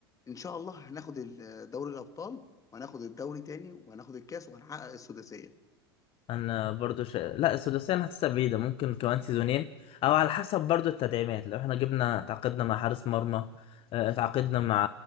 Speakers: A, on the left; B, on the left.
A: ان شاء الله هناخد ال- دوري الابطال وهناخد الدوري تاني وهناخد الكاس وهنحقق السداسيه
B: انا برضو ش... لا السداسيه انا حاسسها بعيده ممكن كمان سيزونين او على حسب برضو التدعيمات لو احنا جبنا تعاقدنا مع حارس مرمى آه، اتعاقدنا مع